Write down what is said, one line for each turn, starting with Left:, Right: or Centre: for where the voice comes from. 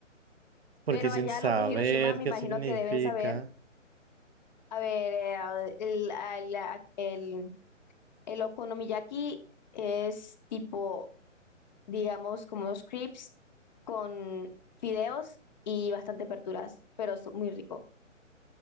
Right: Porque
Left: pero
Right: sin
Left: allá
Right: saber
Left: los de Hiroshima me
Right: qué
Left: imagino
Right: significa.
Left: que deben saber A ver, eh, el, al- a- el, el okonomiyaki es tipo, digamos, como unos crepes con fideos y bastante aperturas, pero es muy rico.